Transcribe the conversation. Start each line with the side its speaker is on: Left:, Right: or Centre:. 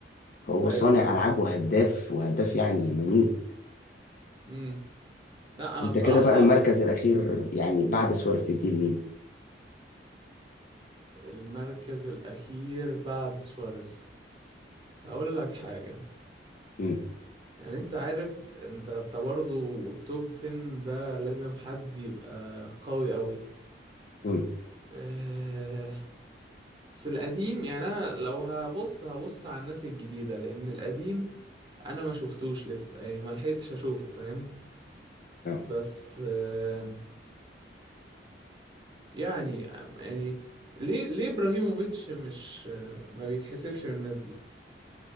Left: هو
Right: ايوه
Left: صانع
Right: فاهم
Left: ألعاب وهداف وهداف يعني مميت
Right: امم لا انا
Left: أنت
Right: بصراحة
Left: كده بقى المركز الأخير يعني بعد سواريز تديه لمين؟
Right: المركز الاخير بعد سواريز هقول لك حاجة
Left: امم
Right: يعني انت عارف انت انت برضه التوب 10 ده لازم حد يبقى قوي قوي
Left: امم
Right: أه... بس القديم يعني انا لو هبص هبص على الناس الجديدة لان القديم انا ما شفتوش لسه يعني ما لحقتش اشوفه فاهم
Left: اه
Right: بس أه... يعني يعني ليه ليه ابراهيموفيتش مش ما بيتحسبش من الناس دي